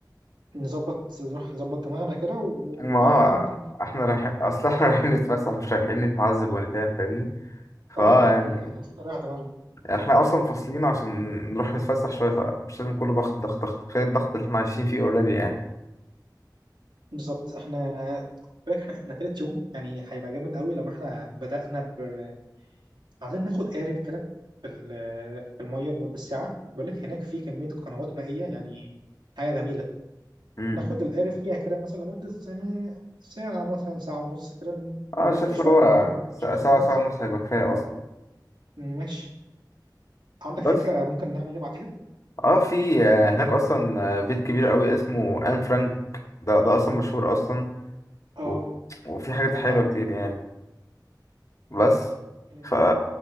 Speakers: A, on the right; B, on the left.
A: نظبط نروح نظبط دماغنا كده وبعد
B: ما- اه
A: كده ممكن
B: احنا
A: نبقى
B: رايحين اصلا <laughs> احنا رايحين نتفسح مش رايحين نتعذب ولا نتهان فاهمني فاه
A: اه يعني
B: يعني
A: احنا المفروض نريح دماغنا
B: احنا اصلا فاصلين عشان نروح نتفسح شويه فمش لازم كله ضغط ضغط ضغط كفايه الضغط اللي احنا عايشين فيه اوريدي يعني
A: بالظبط احنا بالك احنا احنا تالت يوم يعني هيبقى جامد قوي لو احنا بدأنا ب عايزين ناخد قارب كده في ال... في الميه لمده ساعه بقول لك هناك في كميه قنوات مائيه يعني حاجه جميله
B: امم
A: ناخد القارب فيها كده مثلا لمدة يعني ساعة مثلا ساعة ونص كده ن-
B: اه
A: نلف
B: شايف
A: شوية
B: اللي هو
A: برضو
B: ساعه
A: نشوف
B: ساعه
A: البلد
B: ساعة ونص هيبقى كفايه اصلا
A: ماشي عندك
B: بس
A: فكرة ممكن نعمل ايه بعديها؟
B: اه في آه، هناك اصلا آه، بيت كبير قوي اسمه ان فرانك ده ده اصلا مشهور اصلا
A: اه
B: و... وفي حاجات
A: سمعت
B: حلوه
A: عنه
B: كتير يعني بس
A: إيه،
B: ف